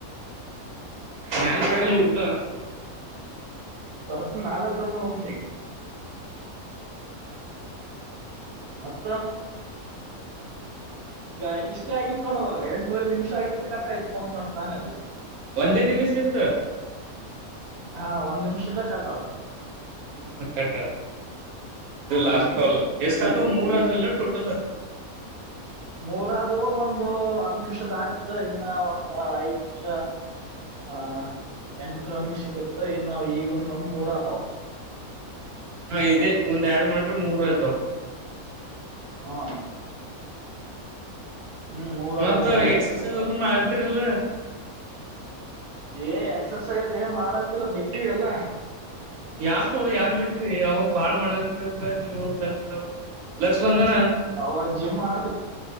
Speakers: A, on the right; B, on the right.
A: ಮ್ಯಾಲ ತರಲ್ಲ ಊಂಟ
B: ಅರ್ ನಾಲಾ ಚಂದ್ರಣೋತ್ನ ಮತ್ತ ಈಗ ಇಷ್ಟೇ ಆಗಿತ್ತು ತೊಡೋವಾಗ ಎಂಟೂವರೆ ನಿಮಿಷ ಆಗಿ ಕಟ್ಟಾಯಯ್ತ್ ತೋತಂತ ತಾನೆ ಅದು
A: ಒಂದೇ ನಿಮಿಷ ಇತ್ತು
B: ಹಾ ಒಂದ್ ನಿಮಿಷದ ಕಟ್ ಆಗ್ತದೆ
A: ಹ್ಮ ಕಟ್ಟ ಆತ ಇದು ಲಾಸ್ಟ್
B: ಹ್ಮ್
A: ಕಲ್ ಎಷ್ಟಾದದು ಮೂರ್ ಇಲ್ಲ ಟೋಟಲ್
B: ಮೂರ ಆದ್ವು ಒಂದು ಹತ್ ನಿಮಿಷ ದಾಗಿದ ಇನ್ನ ಒಂದು ಐದ್ ನಿಮಿಷ ಆ ಎಂಟರ ನಿಮಿಷಗತ್ತು ಇನ್ ನಾವು ಈಗ ಒಂದ ಒಂದ್ ಮೂರ್ ಆತಾವ
A: ಹಾ ಇದ್ದೆ ಒಂದ್ ಎರಡ್ ಮಾಡ್ರೆ ಮೂರ್ ಆಯ್ತಾವ
B: ಹಾ ಹ್ಮ್ ಮೂರ್ ಆದಂಗ
A: ಮತ್ತ್
B: ಆತಾವ್
A: ಎಕ್ಸಸೈಜ ಅದು ಮಾಡತಿರಲ್ಲ
B: ಏ ಎಕ್ಸಸೈಜ ಏ ಮಾಡತಿಲ್ಲ ಬಿಟ್ಟಿವಲ್ಲ
A: ಯಾಕು ಯಾಕ ಬಿಟ್ರಿ ಅವಾಗ ಬಾಳ್ ಮಾಡ್ಲತ್ರಿ ಅಂತ ನೀವು ಲಕ್ ಲಸ್ ಬಂದನ
B: ಅವಾಗ ಜಿಮ್ ಮಾಡ್ತ